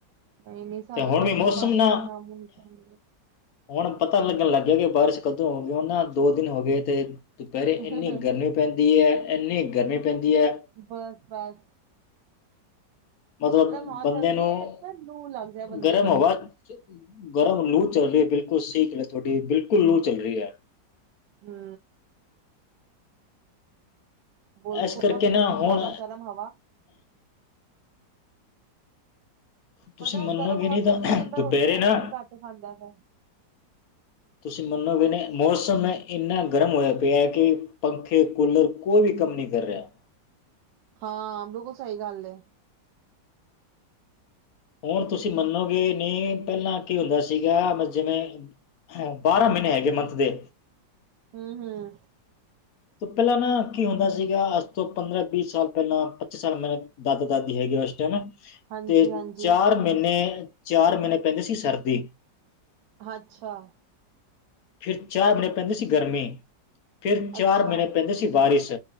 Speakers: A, on the right; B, on the left.
A: ਨਹੀਂ-ਨਹੀਂ ਸਾਡੇ
B: ਹੁਣ
A: ਪਾਸੇ
B: ਵੀ
A: ਤੇ
B: ਮੌਸਮ
A: ਬਾਰਿਸ਼
B: ਨਾ
A: ਦਾ ਨਾਮੋਨਿਸ਼ਾਨ
B: ਹੁਣ ਪਤਾ ਲੱਗਣ ਲੱਗ ਗਿਆ ਕਿ ਬਾਰਿਸ਼ ਕਦੋਂ ਆਊਗੀ ਹੁਣ ਨਾ ਦੋ ਦਿਨ ਹੋ ਗਏ ਆ ਤੇ ਦੁਪਹਿਰੇ
A: ਹੈ
B: ਇੰਨੀ ਗਰਮੀ ਪੈਂਦੀ ਹੈ ਏਨੀ ਗਰਮੀ ਪੈਂਦੀ ਹੈ
A: ਬਸ-ਬਸ।
B: ਮਤਲਬ
A: ਹਵਾ
B: ਬੰਦੇ
A: ਚੱਲਦੀ
B: ਨੂੰ,
A: ਹੈ ਇਸ ਲੂ ਲੱਗ ਜਾਏ ਬੰਦੇ
B: ਗਰਮ
A: ਨੂੰ
B: ਹਵਾ, ਗਰਮ ਲੂ ਚੱਲ ਰਹੀ <unintelligible> ਹੈ ਤੁਹਾਡੀ ਬਿਲਕੁਲ ਲੂ ਚੱਲ ਰਹੀ ਹੈ।
A: ਹੂੰ ਬੋਲ
B: ਇਸ
A: ਕੋਲਾ
B: ਕਰਕੇ
A: ਕਿਤਨੀ
B: ਨਾ ਹੁਣ
A: ਜ਼ਿਆਦਾ ਗਰਮ ਹਵਾ
B: ਤੁਸੀਂ
A: ਪਤਾ
B: ਮੰਨੋਗੇ
A: ਗਰਮ ਹਵਾ
B: ਨਹੀਂ ਤਾਂ
A: ਚਲਦੀ ਤੇ ਬੰਦਾ
B: ਦੁਪਹਿਰੇ
A: ਰੋਟੀ-ਰੂਟੀ
B: ਨਾ
A: ਵੀ ਘੱਟ ਖਾਂਦਾ ਫੇਰ।
B: ਤੁਸੀ ਮੰਨੋਗੇ ਨਹੀ ਮੌਸਮ ਇੰਨਾ ਗਰਮ ਹੋਇਆ ਪਿਆ ਕਿ ਪੱਖੇ, ਕੂਲਰ ਕੋਈ ਵੀ ਕੰਮ ਨਈ ਕਰ ਰਿਹਾ।
A: ਹਾਂ ਬਿਲਕੁਲ ਸਹੀ ਗੱਲ ਏ।
B: ਹੁਣ ਤੁਸੀਂ ਮੰਨੋਗੇ ਨਹੀਂ ਪਹਿਲਾਂ ਕੀ ਹੁੰਦਾ ਸੀਗਾ ਬਸ ਜਿਵੇਂ ਹੈ ਬਾਰਾਂ ਮਹੀਨੇ ਹੈਗੇ ਮੰਥ ਦੇ।
A: ਹੂੰ ਹੂੰ
B: ਤੋਂ ਪਹਿਲਾਂ ਨਾ ਕੀ ਹੁੰਦਾ ਸੀਗਾ ਅੱਜ ਤੋਂ ਪੰਦਰਾਂ ਵੀਹ ਸਾਲ ਪਹਿਲਾਂ ਪੱਚੀ ਸਾਲ ਮੇਰੇ ਦਾਦਾ ਦਾਦੀ ਹੈਗੇ ਉਸ ਟਾਈਮ
A: ਹਾਂਜੀ
B: ਤੇ
A: ਹਾਂਜੀ
B: ਚਾਰ ਮਹੀਨੇ-ਚਾਰ ਮਹੀਨੇ ਪੈਂਦੇ ਸੀ ਸਰਦੀ।
A: ਅੱਛਾ।
B: ਫਿਰ ਚਾਰ ਮਹੀਨੇ ਪੈਂਦੀ ਗਰਮੀ। ਫਿਰ
A: ਅੱਛਾ
B: ਚਾਰ ਮਹੀਨੇ ਪੈਂਦੀ ਸੀ ਬਾਰਿਸ਼।